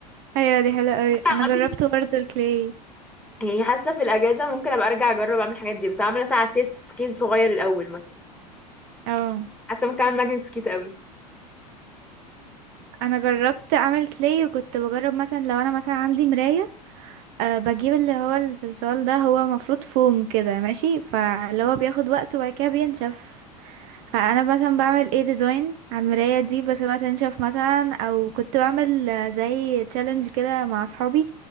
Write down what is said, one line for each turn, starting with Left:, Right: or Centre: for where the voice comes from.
Right: ايوه دي حلوة اوي انا
Centre: عامه
Right: جربت برضه الكلاي
Centre: يعني حاسه في الاجازه ممكن ابقى ارجع اجرب اعمل الحاجات دي بس اعمل مثلا عصير سكيت صغير الاول مثلا
Right: اه
Centre: حاسه ممكن اعمل ماجنت سكيت قوي
Right: انا جربت اعمل كلاي وكنت بجرب مثلا لو انا مثلا عندي مراية أه بجيب اللي هو الصلصال ده هو مفروض فوم كده ماشي فاللي هو بياخد وقت وبعد كده بينشف فانا مثلا بعمل ايه ديزاين على المرايه دي بسيبها تنشف مثلا او كنت بعمل آه، زي تشالنج كده مع اصحابي